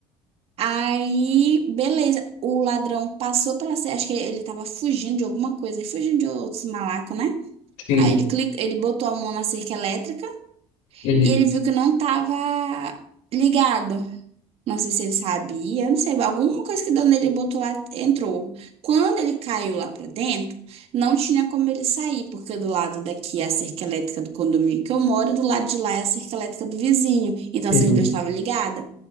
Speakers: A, on the right (about 55°); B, on the left (about 75°).
A: Aí, beleza, o ladrão passou pela cerca, acho que ele tava fugindo de alguma coisa, fugindo de outros malacos, né?
B: sim.
A: Aí ele clica, ele botou a mão na cerca elétrica
B: Uhum,
A: e ele viu que não tava ligado. Não sei se ele sabia, não sei, alguma coisa que deu nele, ele botou lá, entrou. Quando ele caiu lá pra dentro, não tinha como ele sair, porque do lado daqui é a cerca elétrica do condomínio que eu moro, e do lado de lá é a cerca elétrica do vizinho. Então
B: uhum.
A: essas duas estavam ligadas.